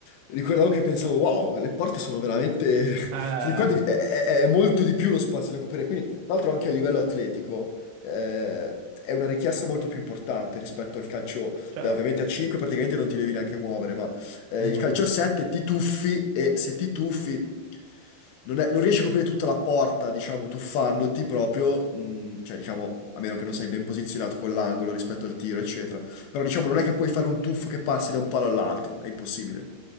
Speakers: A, on the left (about 80°); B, on the right (about 85°).
A: ricordavo che pensavo, wow, le porte sono veramente...
B: Eh,
A: <laughs> cioè, qua di- è, è- è molto di più lo spazio da coprire. Quindi, tra l'altro anche a livello atletico, eh, è una richiesta molto più importante rispetto al calcio
B: certo.
A: Beh, ovviamente a 5 praticamente non ti devi neanche muovere, ma eh,
B: Mhm.
A: il calcio a 7 ti tuffi e se ti tuffi non, è- non riesci a coprire tutta la porta, diciamo, tuffandoti proprio, mh, cioè diciamo, a meno che non sei ben posizionato con l'angolo rispetto al tiro, eccetera. Però diciamo, non è che puoi fare un tuffo che passi da un palo all'altro, è impossibile.